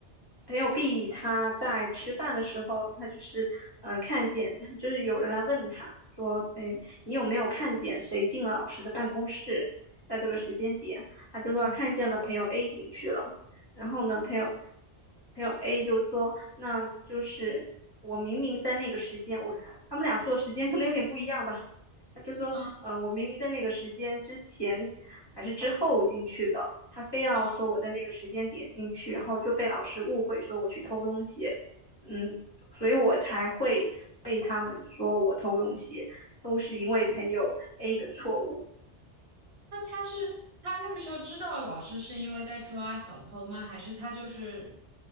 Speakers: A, on the left (about 25°); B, on the right (about 65°).
A: 朋友 B 他在吃饭的时候，他就是嗯、呃看见，就是有人来问他说，哎，你有没有看见谁进了老师的办公室？在这个时间点，他就说他看见了朋友
B: 嗯，
A: A 进去了。然后呢，朋友朋友 A 就说。那就是我明明在那个时间，我他们俩说的时间可能有点不一样吧。他就说，
B: 啊
A: 嗯、我明明在那个时间之前还是之后进去的，他非要说我在那个时间点进去，
B: 啊，
A: 然后就被老师误会说我去偷东西，嗯，所以我才会被他们说我偷东西，都是因为朋友 A 的错误。
B: 那他是他那个时候知道老师是因为在抓小偷吗？还是他就是